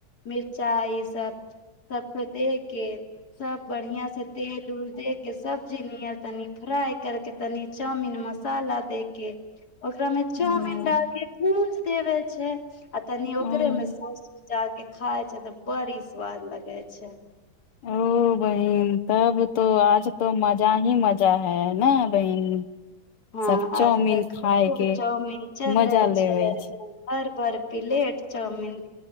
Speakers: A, on the left (about 45°); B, on the left (about 85°).
A: मिरचाइसभ सभके दे के सभ बढ़िआँ से तेल उल दे के सबजी नियर तनी फ्राइ करके तनी चाउमिन मसाला दे के। ओकरा में चाउमिन
B: हूँ
A: द के भूंज देबे। छै। आ तनी
B: हूँ
A: ओकरे में सौस डाल के खाय छै तऽ बड़ी स्वद लगे छै।
B: ओ बहिन तब तो आज तो मजा ही मजा हैै न बहिन।
A: हँ
B: सब चाउमिन
A: आज तऽ खूब
B: खाय के
A: चौमीन चलै
B: मजा लेबे
A: छै एकदम भर-भर। Pellet chowmein.